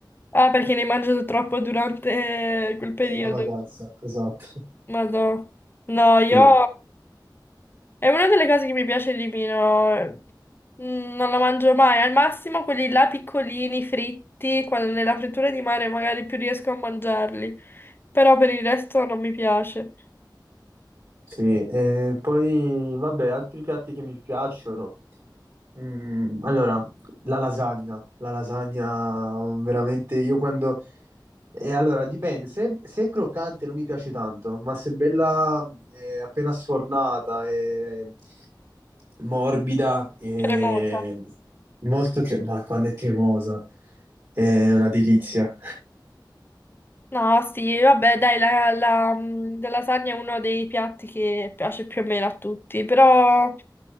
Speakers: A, on the left (about 30°); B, on the right (about 50°).
A: Ah, perché ne hai mangiato troppo durante quel periodo,
B: <laughs> La vacanza, esatto.
A: madò. No, io
B: Sì,
A: È una delle cose che mi piace di meno. Mm, Non la mangio mai. Al massimo quelli là piccolini, fritti, quando nella frittura di mare magari più riesco a mangiarli. Però per il resto non mi piace.
B: sì. Eh, poi vabbè, altri piatti che mi piacciono. Mm, allora, la lasagna, la lasagna mm, veramente io quando... eh, allora, dipende, se, se è croccante non mi piace tanto, ma se è bella eh, appena sfornata e morbida e
A: Cremosa.
B: molto cre- ma quando è cremosa è una delizia.
A: No, sì, vabbè, dai, la, la, mm, la lasagna è uno dei piatti che piace più o meno a tutti, però